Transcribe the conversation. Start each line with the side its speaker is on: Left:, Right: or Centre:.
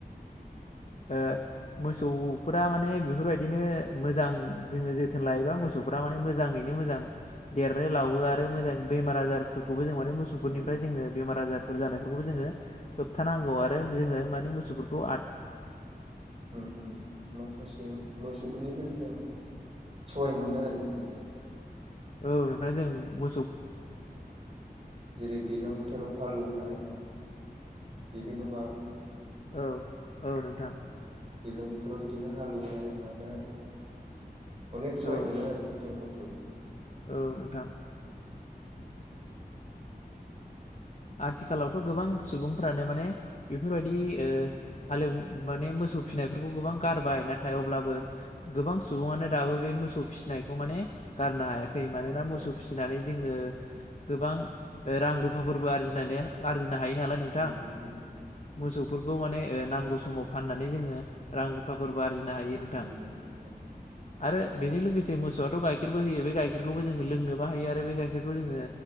Left: हो। मोसौफोरा माने बेफोरबायदिनो मोजां जोङो जोथोन लायोबा मोसौफ्रा माने मोजाङै ङै मोजां देरो लावो आरो मोजां बेमार आजारफोरखौबो जोङो मोसौफोरनिफ्राय
Right: औ
Left: जोङो बेमार आजार फोर जानायफोरखौबो जोङो होबथानांगौ आरो जोङो माने मोसौफोरखौ आ
Right: ओम ओम माखासे मोसौफोरनिफ्राय जों सहाय मोनो आरो‌। <inaudible>
Left: औ नोंथां जों मो
Right: जेरै दैज्लां बोथोराव हालेवनाय बिदिनो मा
Left: औ औ नोंथां
Right: दैलां बोथोराव इदिनो हालौवनाय मानाय अनेक सहाय
Left: औ
Right: मोनो आरोखि जों मोसौजों
Left: औ नोंथां आथिखालावथ' गोबां सुबुंफ्रानो माने बेफोरबायदि ओ हालेव माने मो ज सौ फिनायफोरखौ गोबां गारबाय नाथाय अब्लाबो गोबां सुबुङानो दाबो बे मोसौ फिसिनायखौ माने गारनो हाया <unintelligible> खै मानोना
Right: औ
Left: मोसौ
Right: औ
Left: फिसिनानै जोङो गोबां ओ रां रुफाफोरबो आरजिनानै लार नो हायो नालाय नोंथां।
Right: उम उम उम
Left: मोसौ फोरखौ माने ओ नांगौ समाव फाननानै जोङो रां रुफाफोरबो आ <unintelligible> <unintelligible> नो हायो नोंथां
Right: उम नोंथां
Left: आरो बेजों लोगोस से मोसौआथ' गाइखेरबो होयो बे गाइखेरखौबो जोङो लोंनोबो हायो आरो बे गाइखेरखौ जोङो